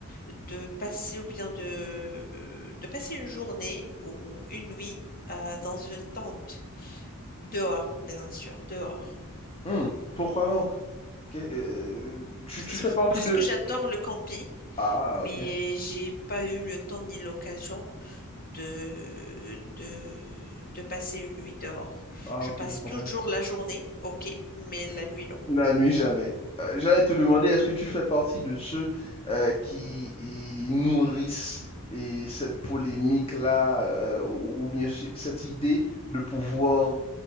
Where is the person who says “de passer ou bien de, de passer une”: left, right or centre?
Left